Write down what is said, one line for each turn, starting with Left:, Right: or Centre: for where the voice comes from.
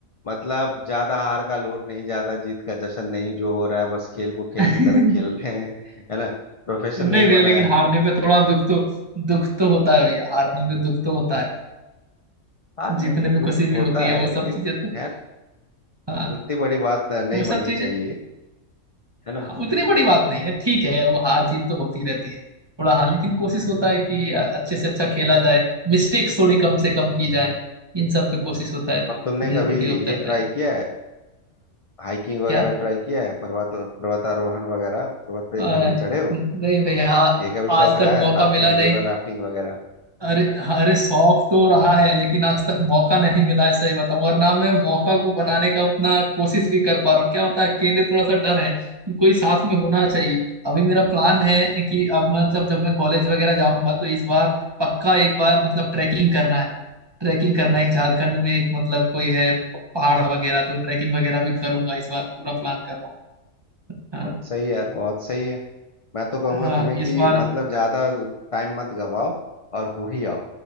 Left: मतलब ज्यादा हार का लोड नहीं ज्यादा जीत का जश्न नहीं जो हो रहा है बस खेल को खेल
Right: हैं
Left: की तरह खेल
Right: <laughs>
Left: रहे हैं है ना प्रोफेशन
Right: नहीं
Left: नहीं बनाया
Right: भैया लेकिन
Left: अभी
Right: हारने पे थोड़ा दुख तो दुख तो होता है भैया हारने पे दुख तो होता है
Left: हारने
Right: जीतने
Left: पे
Right: पे
Left: दुख
Right: खुशी
Left: होता
Right: भी होती
Left: है
Right: है वो
Left: लेकिन
Right: सब चीजें
Left: खैर
Right: तो हाँ
Left: उतनी बड़ी बात नहीं
Right: वो सब
Left: बननी
Right: चीजें
Left: चाहिए है ना
Right: हाँ, उतनी बड़ी बात नहीं है ठीक है वो हार जीत तो होती रहती है थोड़ा हाँ लेकिन कोशिश होता है कि अ, अच्छे से अच्छा खेला जाए मिस्टेक्स थोड़ी कम से कम की जाए इन सब पे कोशिश होता है
Left: और तुमने
Right: मेजोरिटी
Left: कभी
Right: ऑफ
Left: ये
Right: द
Left: ट्राई
Right: टाइम
Left: किया है हाइकिंग वगैरह
Right: क्या
Left: ट्राई किया है पर्वत पर्वतारोहण वगैरह पर्वत पे
Right: अ,
Left: कभी चढ़े हो
Right: नहीं भैया आ-
Left: ये कभी
Right: आज
Left: शौक रहा
Right: तक
Left: है
Right: मौका
Left: राफ्टिंग
Right: मिला नहीं
Left: रिवर राफ्टिंग वगैरह
Right: अरे अरे शौक तो रहा है लेकिन आज तक मौका नहीं मिला है सही बताऊं और ना मैं मौका को बनाने का उतना कोशिश भी कर पा रहा हूँ क्या होता है अकेले थोड़ा सा डर है कि कोई साथ में होना चाहिए अभी मेरा प्लान है कि अब मतलब जब मैं कॉलेज वगैरह जाऊंगा तो इस बार पक्का एक बार मतलब ट्रैकिंग करना है ट्रैकिंग करना
Left: अच्छा
Right: है एक झारखंड
Left: अच्छा अच्छा
Right: में एक मतलब कोई है पहाड़ वगैरह तो ट्रैकिंग वगैरह भी करूंगा इस बार पूरा प्लान कर रहा हूँ हाँ
Left: बहुत सही है यार बहुत सही है मैं तो कहूंगा
Right: हाँ
Left: तुम्हें कि
Right: इस बार
Left: मतलब ज्यादा टाइम मत गवाओ और हो ही आओ